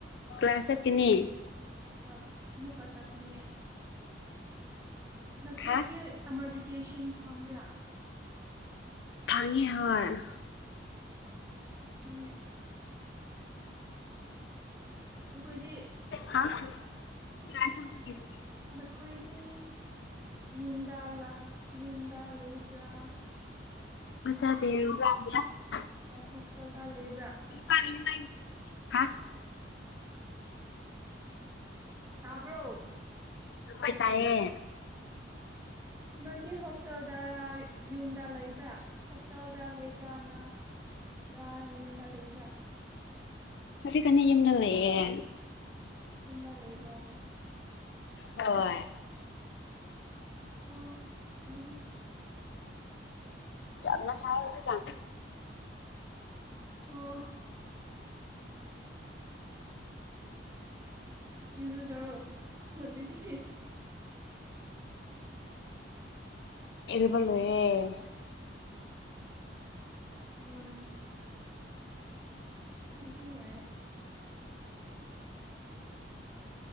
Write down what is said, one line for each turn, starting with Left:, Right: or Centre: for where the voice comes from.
Left: ꯀ꯭ꯂꯥꯁ ꯆꯠꯀꯅꯤ꯫
Right: ꯀ꯭ꯂꯥꯁ ꯑꯃꯨꯛꯀ ꯆꯠꯀꯅꯤ꯫ ꯅꯈꯣꯏꯗꯤ
Left: ꯍꯥ
Right: ꯁꯝꯃꯔ ꯚꯦꯀꯦꯁꯟ ꯐꯝꯕ꯭ꯔꯥ꯫
Left: ꯐꯡꯉꯤ ꯍꯣꯏ ꯫
Right: ꯐꯪꯉꯦ ꯫ ꯅꯈꯣꯏꯗꯤ
Left: ꯍꯥ <unintelligible> <unintelligible>
Right: ꯅꯈꯣꯏꯗꯤ ꯌꯨꯝꯗ ꯂꯥꯛ ꯌꯨꯝꯗ ꯂꯩꯕ꯭ꯔꯥ꯫
Left: ꯃꯁꯥꯗꯦꯌꯨ <unintelligible>
Right: ꯅꯪ ꯍꯣꯁꯇꯦꯜꯗ ꯂꯩꯕ꯭ꯔꯥ꯫
Left: ꯄꯥꯏ ꯅꯩ <unintelligible> ꯍꯥ
Right: ꯇꯥꯕ꯭ꯔꯣ
Left: ꯍꯣꯏ ꯇꯥꯏꯌꯦ
Right: ꯅꯪꯗꯤ ꯍꯣꯁꯇꯦꯜꯗꯔ ꯌꯨꯝꯗ ꯂꯩꯕ꯭ꯔꯥ꯫ ꯍꯣꯁꯇꯦꯜꯗ ꯂꯩꯕ꯭ꯔꯥꯅ ꯔ ꯌꯨꯝꯗ ꯂꯩꯕ꯭ꯔꯥ꯫
Left: ꯉꯁꯤ ꯈꯛꯅꯦ ꯌꯨꯝꯗ ꯂꯩꯌꯦ꯫
Right: ꯌꯨꯝꯗ ꯂꯩꯕ꯭ꯔꯍꯣ
Left: ꯍꯣꯏ
Right: ꯑꯣ ꯑꯗꯨꯗꯤ
Left: ꯌꯥꯝꯅ ꯁꯥꯏꯑꯦ ꯍꯧꯖꯤꯛꯀꯟ꯫
Right: ꯑꯣ ꯏꯔꯨꯖꯔꯣ ꯑꯗꯨꯗꯤ
Left: ꯏꯔꯨꯕ ꯂꯣꯏꯔꯦ
Right: ꯍꯣꯏ ꯑꯗꯨꯗꯤ ꯌꯥꯏꯑꯦ꯫